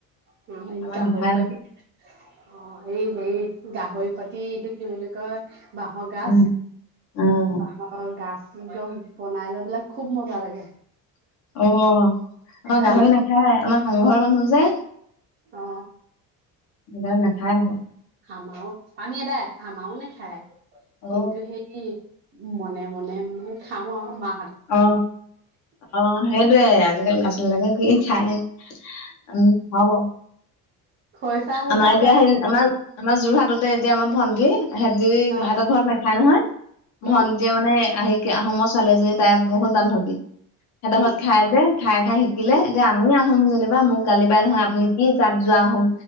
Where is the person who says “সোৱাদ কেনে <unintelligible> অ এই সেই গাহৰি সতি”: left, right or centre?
Right